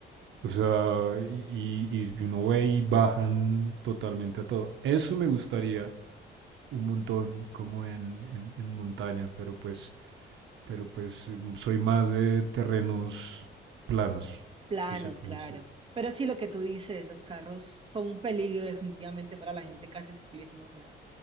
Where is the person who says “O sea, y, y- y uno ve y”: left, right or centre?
Right